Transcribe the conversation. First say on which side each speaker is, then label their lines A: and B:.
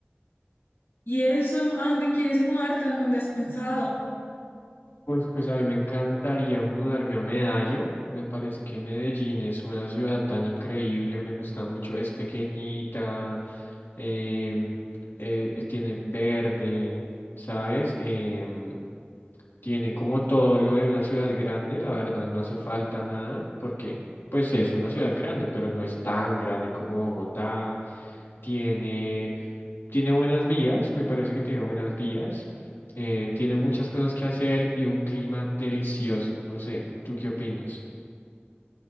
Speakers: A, on the left; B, on the left.
A: ¿Y eso? ¿A dónde quieres mudarte? ¿A dónde has pensado?
B: Pues, pues a mí me encantaría mudarme a Medallo. Me parece que Medellín es una ciudad tan increíble, me gusta mucho. Es pequeñita, em, eh, eh, tiene verde, ¿sabes? Em, tiene como todo lo de una ciudad grande, la verdad no hace falta nada, porque pues es una ciudad
A: O-
B: grande, pero no es tan grande como Bogotá. Tiene tiene buenas vías, me parece que tiene buenas vías, eh, tiene muchas cosas que hacer y un clima delicioso, no sé, ¿tú qué opinas?